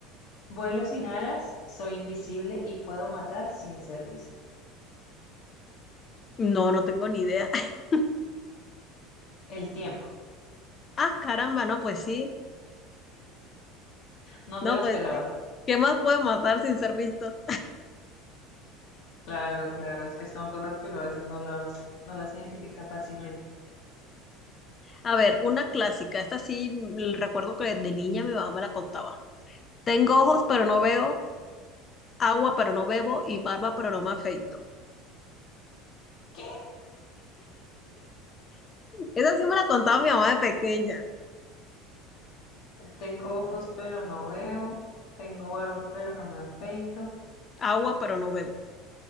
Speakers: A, on the left; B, on the left.
A: Vuelo sin alas, soy invisible y puedo matar sin ser visto.
B: No, no tengo ni idea. <laughs>
A: El tiempo.
B: Ah, caramba, no, pues sí.
A: No
B: No,
A: te la
B: pues
A: esperabas.
B: sí. ¿Qué más puedo matar sin ser visto?
A: Claro, claro. Es que son cosas que uno a veces no las, no las identifica fácilmente.
B: A ver, una clásica. Esta sí mm, recuerdo que de niña mi mamá me la contaba. Tengo ojos, pero no veo, agua, pero no bebo, y barba, pero no me afeito.
A: ¿Qué?
B: Esa sí me la contaba mi mamá de pequeña.
A: Tengo ojos pero no veo. Tengo barba pero no me afeito.
B: Agua, pero no bebo.